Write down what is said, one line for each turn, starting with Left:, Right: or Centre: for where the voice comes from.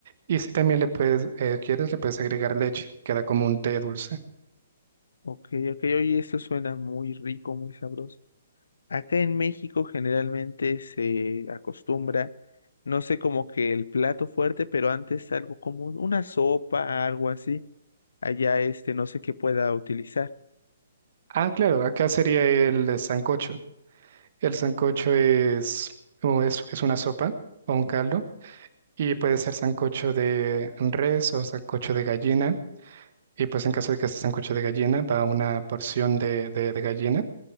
Right: Y si también le puedes, eh, quieres, le puedes agregar leche, queda como un té dulce.
Left: Ok, ok, oye, eso suena muy rico, muy sabroso. Acá en México generalmente se acostumbra, no sé, como que el plato fuerte, pero antes algo como una sopa, algo así. Allá este, no sé qué pueda utilizar.
Right: Ah, claro, acá sería el eh, sancocho. El sancocho es, o es, es una sopa o un caldo y puede ser sancocho de res o sancocho de gallina. Y pues en caso de que sea sancocho de gallina, va una porción de, de, de gallina